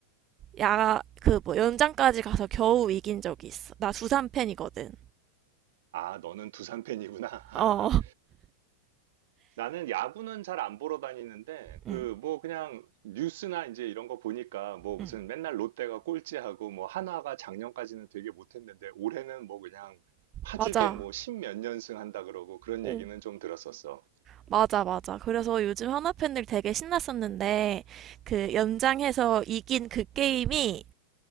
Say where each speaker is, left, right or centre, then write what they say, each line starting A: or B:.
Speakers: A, on the right (about 30°); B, on the right (about 70°).
A: 야, 그 뭐 연장까지 가서 겨우 이긴 적이 있어. 나 두산 팬이거든.
B: 아, 너는 두산 팬이구나. <laughs>
A: 어.
B: 나는 야구는 잘 안 보러 다니는데 그
A: 응.
B: 뭐 그냥 뉴스나 이제 이런 거 보니까 뭐 무슨
A: 응.
B: 맨날 롯데가 꼴찌하고 뭐 한화가 작년까지는 되게 못했는데 올해는 뭐 그냥 파죽에
A: 맞아.
B: 뭐 십몇 연승 한다 그러고 그런
A: 어.
B: 얘기는 좀 들었었어.
A: 맞아, 맞아. 그래서 요즘 한화 팬들 되게 신났었는데 그 연장해서 이긴 그 게임이